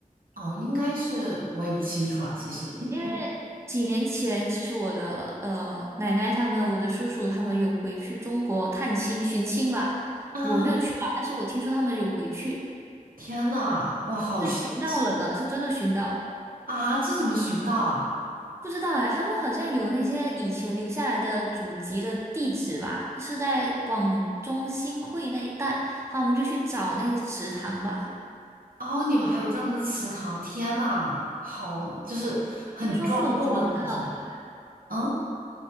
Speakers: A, on the right (about 85°); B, on the right (about 20°).
A: 哦，应该是我也不清楚啊，其实。
B: 因为几年前，
A: <laughs>
B: 其实我的呃奶奶他们、我的叔叔他们有回去中国探亲寻亲吧，
A: 啊，
B: 我没有去吧，但是我听说他们有回去，
A: 天呐，哇，好神奇
B: 是寻到了的，是真的寻到。
A: 啊！这怎么寻到啊？
B: 不知道哎，他们好像有那些以前留下来的祖籍的地址吧，是在广中新会那一带，好，我们就去找那些祠堂吧，
A: 哦，你们还有专门的祠堂，天呐，好，就是很庄重的感觉。
B: 听说是有找到的吧，
A: 嗯，